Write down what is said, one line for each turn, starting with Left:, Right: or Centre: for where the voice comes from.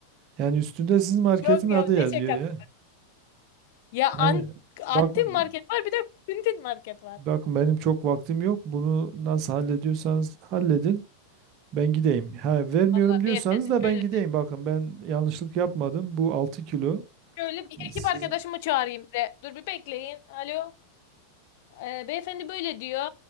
Right: Yani üstünde sizin marketin
Left: Yok
Right: adı
Left: ya ne
Right: yazıyor
Left: şakası.
Right: ya.
Left: Ya
Right: Yani
Left: an- antin
Right: bakın
Left: market var bir de kuntin market var.
Right: bakın benim çok vaktim yok. Bunu nasıl hallediyorsanız halledin. Ben gideyim. Ha vermiyorum
Left: Vallahi
Right: diyorsanız
Left: beyefendi
Right: da
Left: şöyle
Right: ben gideyim.
Left: söyleyeyim.
Right: Bakın ben yanlışlık yapmadım. Bu 6 kilo.
Left: Şöyle bir ekip
Right: Siz...
Left: arkadaşımı çağırayım size. Dur bir bekleyin. Alo. Ee, beyefendi böyle diyor.